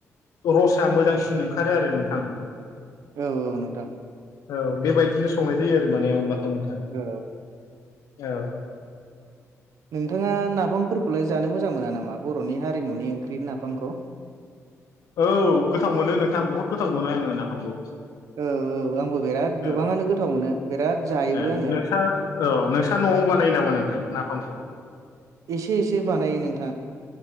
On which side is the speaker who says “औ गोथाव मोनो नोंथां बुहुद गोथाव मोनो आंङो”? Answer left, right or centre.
Left